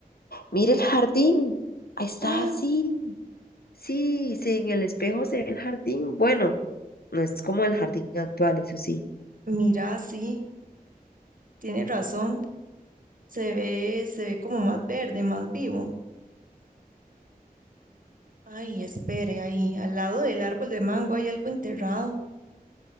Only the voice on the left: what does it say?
mire el jardín. Ahí está,
sí, sí, sí, en el espejo se ve el jardín. Bueno, no es como el jardín actual, eso sí.